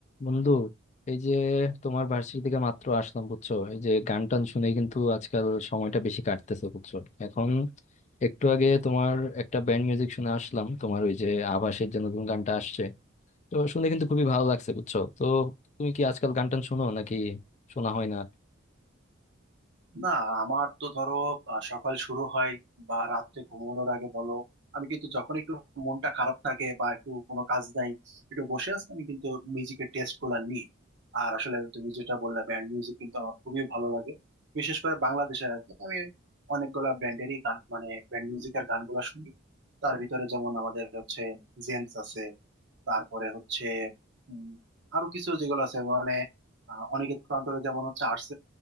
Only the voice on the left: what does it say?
বন্ধু এই যে তোমার ভার্সিটি থেকে মাত্র আসলাম বুঝছো এই যে গান টান শুনে কিন্তু আজকাল সময়টা বেশি কাটতেছে বুঝছো এখন একটু আগে তোমার একটা ব্যান্ড মিউজিক শুনে আসলাম তোমার ওই যে আভাসের যে নতুন গানটা আসছে তো শুনে কিন্তু খুবই ভালো লাগছে বুঝছো তো তুমি কি আজকাল গান টান শুনো নাকি শোনা হয় না